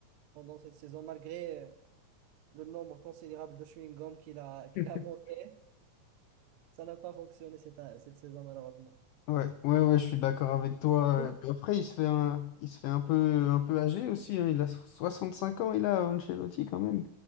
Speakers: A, on the right; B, on the left.
A: pendant cette saison, malgré euh, le nombre considérable de chewing-gum qu'il a, qu'il
B: <laughs>
A: a monté. Ça n'a pas fonctionné cette, cette saison, malheureusement.
B: Ouais, ouais, ouais, je suis d'accord avec toi.
A: Sinon,
B: Et Puis après, il se fait un, il se fait un peu, un peu âgé aussi. hein. Il a so- cinq ans, il a Ancelotti quand même.